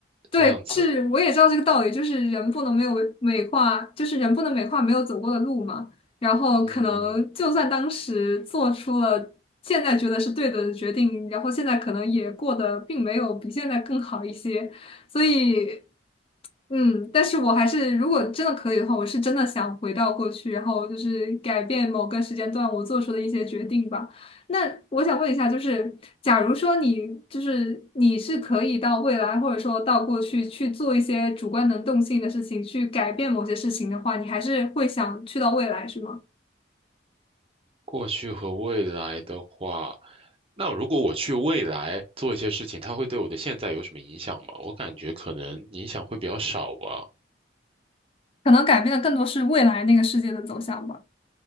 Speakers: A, on the left; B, on the right.
A: 对，
B: 这样子，
A: 是我也知道这个道理，就是人不能没有美化，就是人不能美化没有走过的路嘛。然后可能就算当时做出了现在觉得是对的决定，
B: 嗯，
A: 然后现在可能也过得并没有比现在更好一些，所以嗯，但是我还是如果真的可以的话，我是真的想回到过去，然后就是改变某个时间段我做出的一些决定吧。那我想问一下，就是假如说你就是你是可以到未来或者说到过去去做一些主观能动性的事情，去改变某些事情的话，你还是会想去到未来，是吗？
B: 过去和未来的话，那如果我去未来做一些事情，它会对我的现在有什么影响吗？我感觉可能影响会比较少吧。
A: 可能改变的更多是未来那个世界的走向吧。